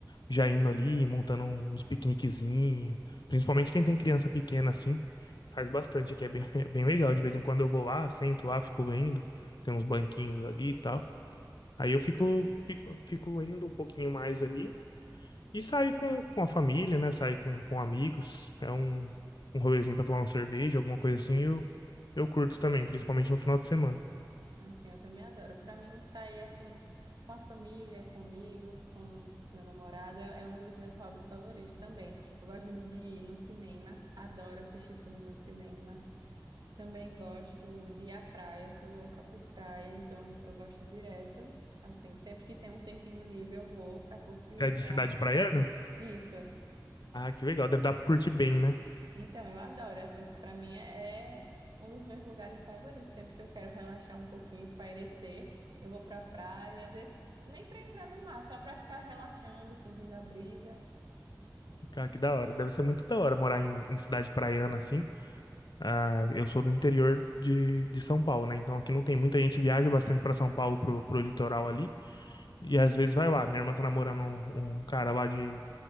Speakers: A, on the left (about 70°); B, on the right (about 65°).
A: já indo ali, montando uns piqueniquezinhos. Principalmente quem tem criança pequena assim, faz bastante aqui, é bem, <laughs> é bem legal. De vez em quando eu vou lá, sento lá, fico vendo, tem uns banquinhos ali e tal. Aí eu fico, fico, fico indo um pouquinho mais ali e saio com, com a família, né? Saio com, com amigos, é um, um rolezinho pra tomar uma cerveja, alguma coisa assim, eu, eu curto também, principalmente no final de semana.
B: Assim, eu também adoro. Para mim, sair assim com a família, com amigos, com meu namorado é é um dos meus hobbies favoritos também. Eu gosto muito de ir no cinema, adoro assistir filme no cinema. Também gosto de ir à praia, sou louca por praia, então eu gosto direto. Assim, sempre que tem um tempinho livre, eu vou para curtir,
A: Você É de
B: para
A: cidade praiana?
B: isso.
A: Ah, que legal, deve dar pra curtir bem, né?
B: Então, eu adoro, assim, para mim é, é um dos meus lugares favoritos. Sempre que eu quero relaxar um pouquinho, espairecer, eu vou pra praia, às vezes nem para entrar no mar, só para ficar relaxando, sentindo a brisa.
A: Cara, que da hora. Deve ser muito da hora morar em, em cidade praiana, assim. Ah, eu sou do interior de, de São Paulo, né? Então aqui não tem muita gente viaja bastante pra São Paulo pro, pro litoral ali e às vezes vai lá. Minha irmã tá namorando um, um cara lá de,